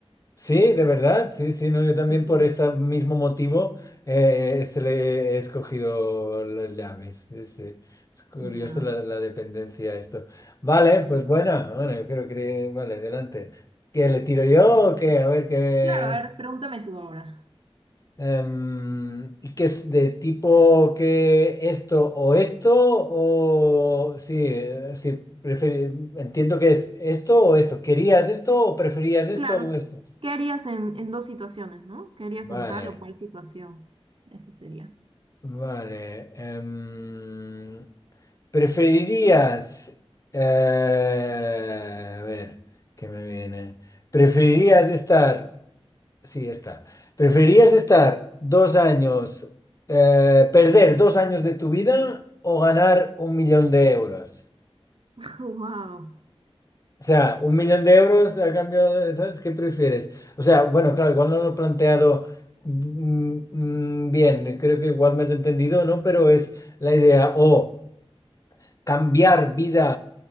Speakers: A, on the left; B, on the right.
A: Sí, de verdad. Sí, sí, no,
B: Sí,
A: yo también
B: sí,
A: por este mismo motivo eh, se le he escogido las llaves. Sí, sí. Es curioso
B: ya.
A: la, la dependencia a esto. Vale, pues buena. Bueno, yo creo que... Vale, adelante. ¿Qué le tiro yo o qué? A ver qué...
B: Claro, a ver, pregúntame tú ahora.
A: Em, ¿y qué es de tipo que esto o esto? O sí, eh, sí, prefe- entiendo que es esto o esto. ¿Querías esto o preferías esto
B: Claro,
A: o esto?
B: ¿qué harías en, en dos situaciones, ¿no? ¿Qué harías
A: Vale,
B: en tal o cual situación? Eso sería.
A: vale. em, ¿preferirías... eh, a ver, ¿qué me viene? ¿Preferirías estar... Sí, está. ¿Preferirías estar dos años, eh, perder dos años de tu vida o ganar un millón de euros?
B: <laughs> Wow.
A: O sea, un millón de euros a cambio de, ¿sabes qué prefieres? O sea, bueno, claro, igual no lo he planteado mm, mm, bien, creo que igual me has entendido, ¿no? Pero es la idea, o cambiar vida